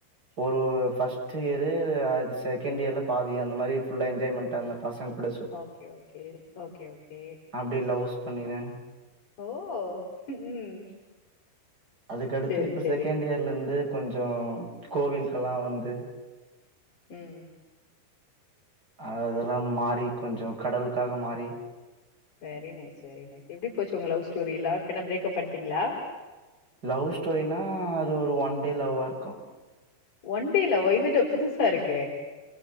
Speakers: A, on the right (about 20°); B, on the left (about 50°).
A: ஒரு ஃபர்ஸ்ட் இயரு அது செகண்ட் இயர்ல பாதி அந்த மாரி ஃபுல்லா என்ஜாய்மெண்ட் அந்த பசங்க கூட
B: ஓகே ஓகே ஒகே ஒகே
A: அப்டி லவ்ஸ் பண்ணினு
B: ஓ ம்
A: அதுக்கடுத்து
B: சேரி
A: இப்ப
B: சேரி
A: செகண்ட் இயர்ல இருந்து கொஞ்சோ கோவில்கெல்லா வந்து
B: ம்
A: அதஅதெல்லா மாறி கொஞ்சோ கடவுள்க்காக மாறி
B: வெரி நைஸ் வெ நைஸ் எப்டி போச்சு உங்க லவ் ஸ்டோரி இல்லா பின்ன பிரேக்ப் அப் பண்ட்டீங்களா
A: லவ் ஸ்டோரினா அது ஒரு ஒன் டே லவ்வாருக்கு
B: ஒன் டே லவ் வா இது என்ன புதுசா இருக்கே